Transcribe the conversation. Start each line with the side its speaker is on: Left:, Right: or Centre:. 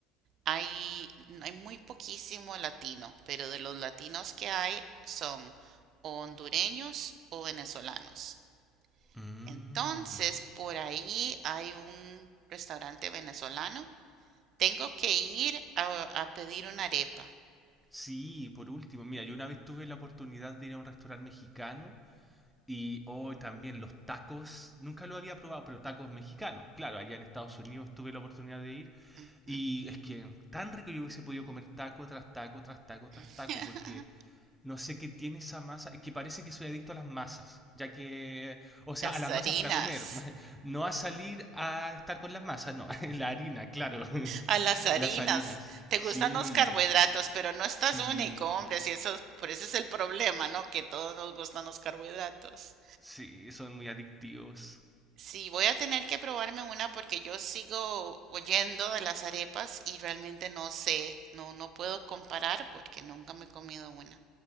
Right: hay, hay muy poquísimo latino, pero de los latinos que hay son o hondureños o venezolanos.
Centre: Mm.
Right: Entonces, por ahí hay un restaurante venezolano. Tengo que ir a, a pedir una arepa.
Centre: Sí, por último, mira, yo una vez tuve la oportunidad de ir a un restaurante mexicano y hoy también los tacos, nunca lo había probado, pero tacos mexicanos. Claro, allá en Estados Unidos tuve la oportunidad de ir
Right: Ujú.
Centre: y es que tan rico yo hubiese podido comer taco tras taco, tras taco, tras
Right: <laughs>
Centre: taco, porque No sé qué tiene esa masa, es que parece que soy adicto a las masas, ya que, o sea,
Right: Las
Centre: a las
Right: harinas.
Centre: masas para comer, <laughs> no a salir a estar con las masas, no, <laughs> la harina, claro, <laughs>
Right: A las harinas.
Centre: las harinas,
Right: Te
Centre: sí,
Right: gustan los carbohidratos, pero no estás
Centre: sí,
Right: único, hombre. Si eso, es- por eso es el problema, ¿no? Que todos nos gustan los carbohidratos.
Centre: sí, son muy adictivos,
Right: Sí, voy a tener que probarme una porque yo sigo oyendo de las arepas y realmente no sé, no, no puedo comparar porque nunca me he comido una.